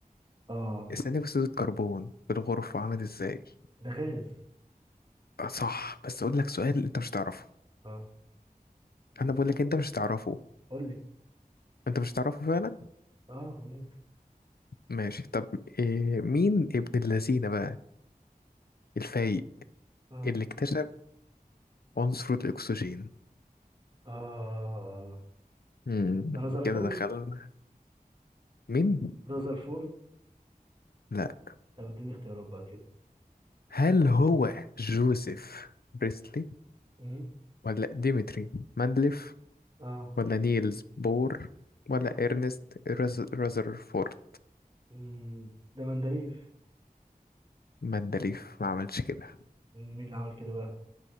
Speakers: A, on the right; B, on the left.
A: اه
B: ثاني أكسيد الكربون في الغرفة عامل إزاي؟
A: ده غاز
B: آه صح بس أقول لك سؤال أنت مش هتعرفه
A: اه
B: أنا بقول لك أنت مش هتعرفه
A: قول لي
B: أنت مش هتعرفه فعلا؟
A: اه ممكن
B: ماشي طب إيه مين ابن اللذينة بقى الفايق
A: اه
B: اللي اكتشف عنصر الأكسجين؟
A: اه
B: مم،
A: رازرفورد
B: كده دخلنا مين؟
A: رازرفورد
B: لا
A: طب اديني اختيارات بقى كده
B: هل هو جوزيف بريسلي
A: مم.
B: ولا ديمتري مندليف
A: اه
B: ولا نيلز بور ولا
A: آه.
B: إرنست راز- رذرفورد
A: مم. ده مندريف
B: مندليف ما عملش كده
A: مين اللي عمل كده بقى